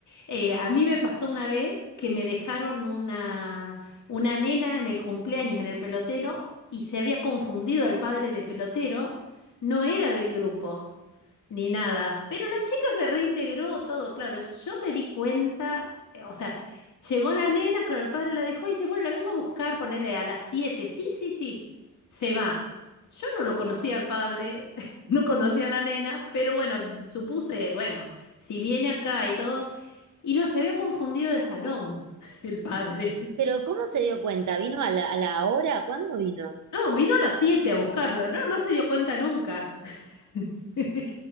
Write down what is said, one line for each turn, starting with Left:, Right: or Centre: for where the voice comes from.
Left: Eh, a mí me pasó una vez que me dejaron una, una nena en el cumpleaños, en el pelotero, y se había confundido el padre de pelotero, no era del grupo. Ni nada. Pero la chica se reintegró todo, claro. Yo me di cuenta, eh, o sea, llegó la nena, claro, el padre la dejó y dice, bueno, la vengo a buscar, ponerle a las siete Sí, sí, sí. Se va. Yo no lo conocía al padre, <laughs> no conocía a la nena, pero bueno, supuse, bueno, si viene acá y todo, y no, se había confundido de salón <laughs> el padre.
Right: Pero ¿cómo se dio cuenta? ¿Vino a la, a la hora? ¿Cuándo vino?
Left: No, vino a las 7 a buscarlo, no, no se dio cuenta nunca. <laughs>